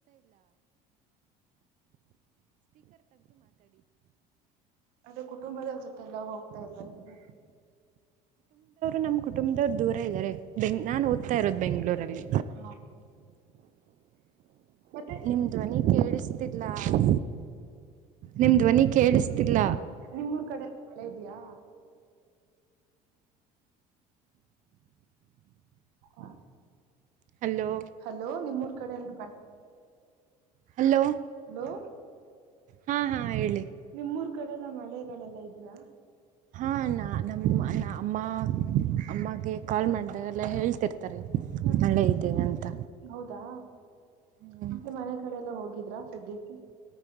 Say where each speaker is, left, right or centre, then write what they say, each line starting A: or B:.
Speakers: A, on the right (about 80°); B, on the right (about 50°).
A: ಅದು ಕುಟುಂಬದೋರ್ ಜೊತ್ ತೆ ಎಲ್ಲ ಹೋಗ್ತಾ ಇಲ್ವಾ ನೀವು
B: ನಮ್ ಕುಟುಂಬ ದೊರ್ ದೂರ ಇದ್ದಾರೆ ನಾನ್ ಓದ್ತಾ ಇರೋದು ಬೆಂಗಳೂರಲ್ಲಿ
A: ಹಾ ಮತ್ತೆ
B: ನಿಮ್ಮ ಧ್ವನಿ ಕೇಳಿಸ್ತಿಲ್ಲ ತಾ ನಿಮ ಧ್ವನಿ ಕೇಳಿಸ್ತಿಲ್ಲ
A: ನಿಮ್ ಉರ್ ಕಡೆ ಮಳೆ ಇದ ಇದ್ಯಾ ಹ
B: ಹಲೋ
A: ಹಲೋ ನಿಮ್ಮೂರ್ ಕಡೆ ಎಲ್ಲ
B: ಹಲೋ
A: ಹಲೋ
B: ಹಾ ಹಾ ಹೇಳಿ
A: ನಿಮೂರ್ ಕಡೆ ಎಲ್ಲಾ ಮಳೆಗಳೆಲ್ಲ ಇದ್ಯಾ
B: ಆ ನಾ ನಮ್ ಅನ್ ಅಮ್ಮ ಕಾಲ್ ಮಾಡಿದಾಗೆಲ್ಲ ಹೇಳ್ತಿರ್ತಾರೆ
A: ಹೂ
B: ಮಳೆ ಇದೆ ಅಂತ
A: ಹೌದು
B: ಹ್ಮ್
A: ಮತ್ತೆ ಮನೆ ಕಡೆ ಎಲ್ಲಾ ಹೋಗಿದ್ರಾ ಸದ್ಯಕ್ಕೆ